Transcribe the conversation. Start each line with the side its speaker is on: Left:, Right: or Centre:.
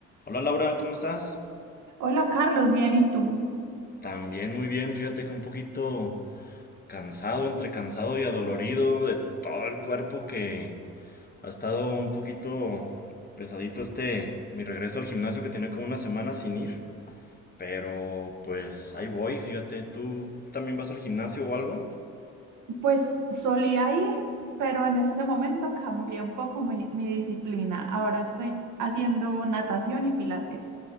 Left: Hola Laura, ¿cómo estás?
Right: Hola Carlos, bien, ¿y tú?
Left: También muy bien, fíjate que un poquito cansado, entre cansado y adolorido de todo el cuerpo que ha estado un poquito pesadito este mi regreso al gimnasio que tenía como una semana sin ir, pero pues ahí voy, fíjate, ¿tú también vas al gimnasio o algo?
Right: Pues solía ir, pero en este momento cambié un poco mi, mi disciplina. Ahora estoy haciendo natación y pilates.